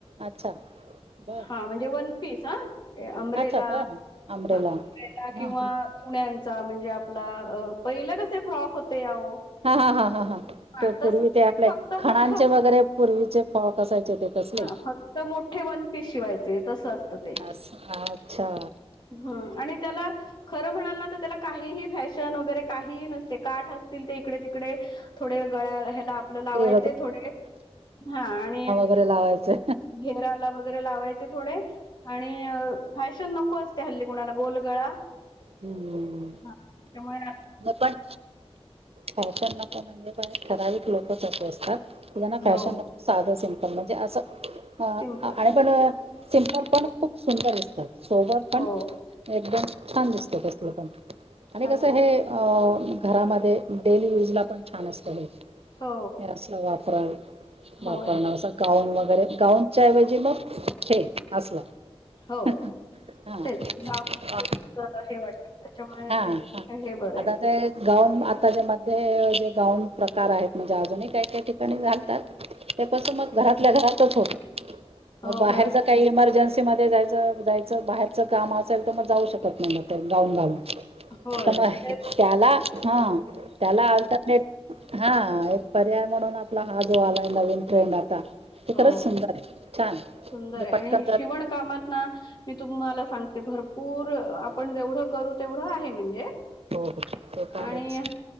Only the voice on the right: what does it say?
अच्छा! बर
अच्छा बर आंब्रेला
हा
हा हा ह ह हां
ते
पूर्वी ते आपल्या
खणाचे
वगैरे पूर्वीचे फ्रॉक असायचे. ते तसले
अच्छा!
ते
बरे लावायचे.
हम्म
पण फॅशन नक म्हणजे प ठराविक लोकच असतात तझना
फॅशन साधं सिम्पल म्हणजे असं अ
आणि पण सिमपल पण खूप सुंदर दिसतात सोबर पण
एकदम छान दिसतं असलं पण आणि
कसं
हे घरामध्ये डेली यूज ला पण छान असत हे
हे असला वापरा
वापर नसा गाऊन वगैरे गाउनच्या ऐवजी मग े असला
हा
हा
हा
हा
आदा झप गाऊन आताच्या मध्ये जे गाऊन प्रकार आहेत म्हणजे अजूनही काही काही ठिकाणी घलतात
ते पण मग घरातल्या घरातच होत
मग बाहेरच
काही इमर्जन्स सिटि मध्ये जायचं जायचं बाहेरच काम असेल तर मग जाऊ शकत नाही मग ते गाऊड गालून
म
त्याला हा त्याला अल्टरनेट हा एक पर्याय म्हणून आपला हा जो आलाय नवीन ट्रेंड आता ते
खरंच सुंदर आहे छान आहे. म्हणजे
पटकन
जात
हो हो ते तर आहेच